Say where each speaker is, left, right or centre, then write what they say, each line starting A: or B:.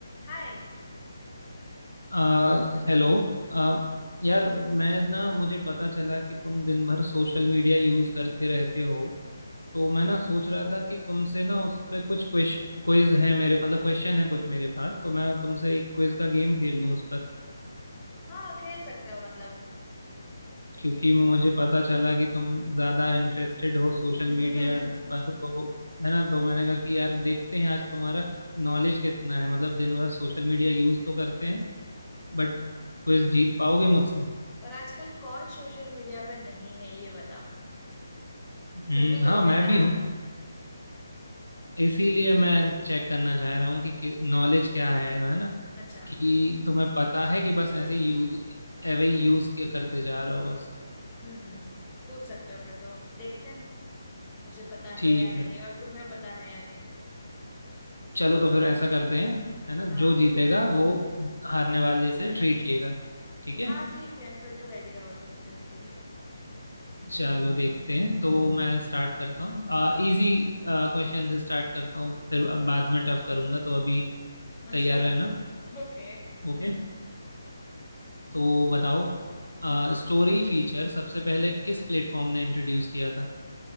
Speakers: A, on the left; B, on the left.
A: हाय
B: आ, hello आ, यार मैं ना मुझे पता चला कि तुम दिन भर सोशल मीडिया यूज करते रहते हो तो मैं
A: हम्म
B: ना सोच रहा था कि तुमसे ना उस पे कुछ क्वेश क्विज है मेरे मतलब क्वेश्चन है कुछ मेरे पास तो मैं तुमसे एक क्विज का गेम खेल लूँ उस पर
A: हाँ खेल सकते हो मतलब
B: क्योंकि मुझे पता चला कि तुम ज़्यादा इंटरेस्टेड हो सोशल
A: <laughs>
B: मीडिया पर तो है ना तो मैंने कहा कि यार देखते हैं आज तुम्हारा नॉलेज कितना है मतलब दिन भर सोशल मीडिया यूज तो करते हैं बट क्विज जीत पाओगे मुझसे
A: पर आजकल कौन सोशल मीडिया पे नहीं है ये बताओ
B: हम्म
A: सभी लोग
B: हाँ मैं
A: है ना
B: भी हूँ इसीलिए मैं चेक करना चाह रहा हूँ कि नॉलेज क्या है है ना
A: <laughs> अच्छा
B: कि तुम्हें पता है कि बस ऐसे यूज एवे यूज करते जा रहे हो बस
A: हम्म हम्म पूछ सकते हो फिर तो देखते हैं मुझे पता
B: ठीक
A: है या नहीं
B: है
A: और तुम्हें पता है या नहीं
B: चलो तो फिर ऐसा करते हैं है ना
A: हाँ
B: जो जीतेगा वो हारने वाले से ट्रीट लेगा ठीक है
A: हाँ ठीक है फिर तो रेडी रहो तुम ट्रेन के लिए
B: चलो देखते हैं तो मैं स्टार्ट करता हूँ इजी क्वेश्चन से स्टार्ट करता हूँ फिर बाद में टफ करूंगा तो अभी
A: अच्छा
B: तैयार
A: <laughs>
B: रहना
A: ओके
B: ओके तो बताओ
A: हम्म
B: स्टोरी फीचर सबसे पहले किस प्लेटफॉर्म ने इंट्रोड्यूस किया था